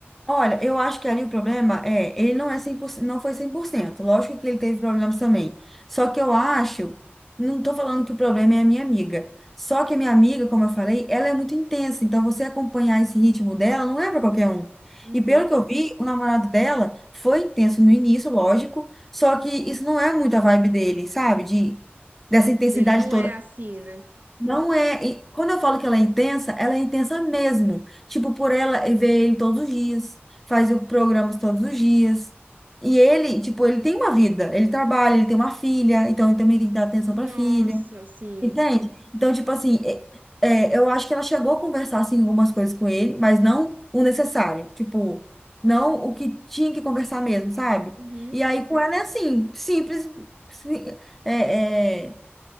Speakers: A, in the centre; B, on the right.
A: Olha, eu acho que ali o problema é, ele não é 100%, não foi 100%. Lógico que ele teve problemas também. Só que eu acho, não tô falando que o problema é a minha amiga. Só que a minha amiga, como eu falei, ela é muito intensa, então você acompanhar esse ritmo dela não é para qualquer um.
B: Uhum.
A: E pelo que eu vi, o namorado dela foi intenso no início, lógico, só que isso não é muito a vibe dele, sabe? De dessa intensidade
B: Ele não
A: toda
B: é assim, né?
A: não é. e quando eu falo que ela é intensa, ela é intensa mesmo. Tipo, por ela ver ele todos os dias, faz o- programas todos os dias. E ele, tipo, ele tem uma vida, ele trabalha, ele tem uma filha, então ele também tem que dar atenção
B: Nossa,
A: pra filha,
B: assim.
A: entende? Então, tipo assim, é- é, eu acho que ela chegou a conversar, assim, algumas coisas com ele, mas não o necessário, tipo, não o que tinha que conversar mesmo, sabe?
B: Uhum.
A: E aí com ela é assim, simples, sim- é, é,